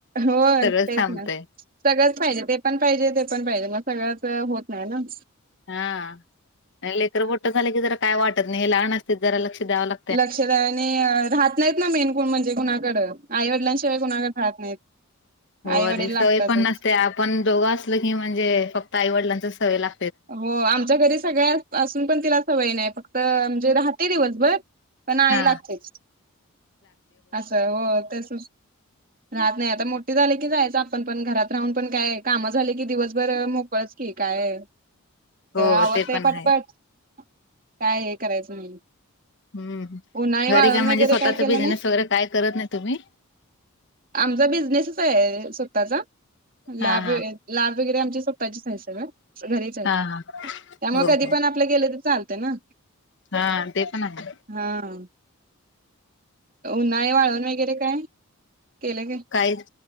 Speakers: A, on the right; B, on the left.
A: होय
B: सगळंच
A: तेच
B: थांबतंय.
A: ना. सगळंच पाहिजे ते पण पाहिजे ते पण पाहिजे मग सगळंच होत नाही ना.
B: हा आणि लेकरं मोठं झाले की जरा काय वाटत नाही हे लहान असते जरा लक्ष द्यावं लाग
A: लक्ष द्यावं नाहीय राहत नाहीत ना मेन कोण म्हणजे कुणाकडं. आई-वडिलां शिवाय कोणाला राहत नाहीत
B: हो
A: आई-वडील
B: आणि सवय
A: लागतातच.
B: नसते पण दोघं असलं की म्हणजे फक्त आईवडिलांचा सवय लाग
A: हो आमच्या घरी सगळ्या असून पण तिला सवय नाही फक्त म्हणजे राहते दिवसभर. आई
B: हा
A: लागतेच असं हो तेच सुस राहत नाही आता मोठी झाले की जायचा आपण पण घरात राहून पण काय कामं झाले की दिवसभर मोकळच की काय
B: हो
A: आवरतेय
B: ते पण
A: पटपट
B: आहे
A: काय हे करायचं नाही.
B: हम्म
A: उन्हाळी वाळवण
B: घरी काय म्हणजे
A: वगैरे
B: स्वतःचा
A: केलं
B: बिझनेस
A: नाही
B: वगैरे काय करत नाही तुम्ही?
A: आमचा बिझनेसच आहे स्वतःचा.
B: हा
A: लाभे
B: हा
A: लाभेगिरी आमची स्वतःचेच संस्था आहे गं घरीच आहे
B: हा हा
A: त्यामुळं
B: हो
A: कधी
B: हो
A: पण आ <unintelligible> गेले तर चालतय ना.
B: हा ते पण आहे.
A: हां. उन्हाय वाळण वगैरे काय केलंय काय?
B: काय